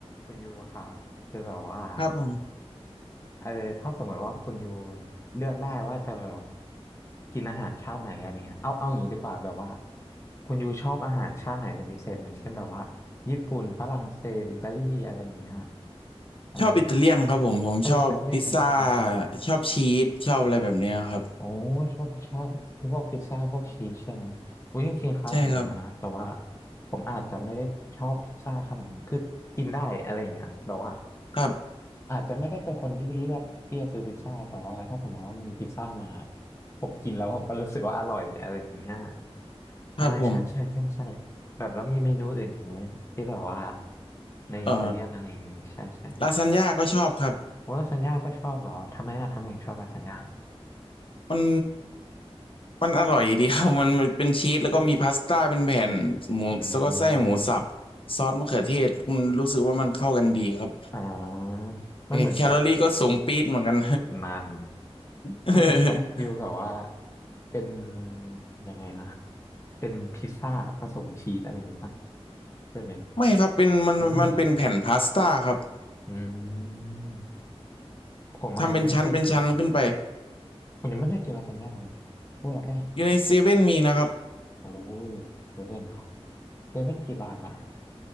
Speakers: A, on the left; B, on the left.
A: คุณยูครับคือแบบว่า
B: ครับผม
A: เออถ้าสมมติว่าคุณยูเลือกได้ว่าจะแบบกินอาหารชาติไหนอะไรเงี้ยเอาเอาอย่างนี้ดีกว่าแบบว่าคุณยูชอบอาหารชาติไหนเป็นพิเศษไหมเช่นแบบว่าญี่ปุ่นฝรั่งเศสอิตาลีอะไรอย่างเงี้ยอ่า
B: ชอบอิตาเลียนครับผมผมชอบพิซซ่า
A: ชอบอิตาเลียนเลยใช่ไหม
B: ชอบชีสชอบอะไรแบบเนี้ยครับ
A: โอ้ชอบพิซซ่าพวกพิซซ่าพวกชีสใช่ไหมอุ้ยจริงๆคล้ายผมอยู่นะแต่ว่า
B: ใช่ครับ
A: ผมอาจจะไม่ได้ชอบพิซซ่าขนาดนั้นคือกินได้อะไรเงี้ยแบบว่า
B: ครับ
A: อาจจะไม่ได้เป็นคนที่เลือกที่จะซื้อพิซซ่าแต่ว่าถ้าสมมติว่ามีพิซซ่ามาผมกินแล้วผมก็รู้สึกว่าอร่อยอะไรอย่างเงี้ยใช่ใช่ใช่ใช่ใช่
B: ครับผม
A: แบบแล้วมีเมนูอื่นอีกไหมที่แบบว่าในอิตาเลียนอะไรอย่างงี้ใช่ใช่ใช่
B: เอ่อลาซานญ่าก็ชอบครับ
A: โอ้ลาซานญ่าก็ชอบเหรอทำไมอะทำไมถึงชอบลาซานญ่า
B: มันมันอร่อยดีครับ <laughs> มันมันเป็นชีสแล้วก็มีพาสต้าเป็นแผ่นหมูแล้วก็ไส้หมูสับ
A: อืม
B: ซอสมะเขือเทศมันรู้สึกว่ามันเข้ากันดีครับ
A: อ่ามันเหมือนกับ
B: แคลอรี่ก็สูงปี๊ดเหมือนกัน
A: นาน
B: <laughs>
A: มันเหมือนกับฟิลแบบว่าเป็นยังไงนะเป็นพิซซ่าผสมชีสอะไรอย่างงี้ป่ะใช่ไหม
B: ไม่ครับเป็นมันมันเป็นแผ่นพาสต้าครับ
A: ทำได้เหรอครับอืมผมอาจจะยังไม่เคยกินเลย
B: ทำเป็นชั้นเป็นชั้นขึ้นไป
A: ผมยังไม่เคยกินลาซานญ่าเลยพูดแล้วก็อยาก
B: อยู่ในเซเว่นมีนะครับ
A: โอ้เซเว่นเนาะเซเว่นกี่บาทอ่ะ